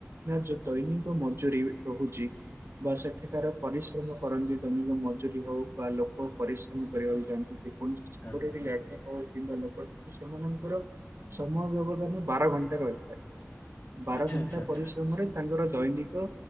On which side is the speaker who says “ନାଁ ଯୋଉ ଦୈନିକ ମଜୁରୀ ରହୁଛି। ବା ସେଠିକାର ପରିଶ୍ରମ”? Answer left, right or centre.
Right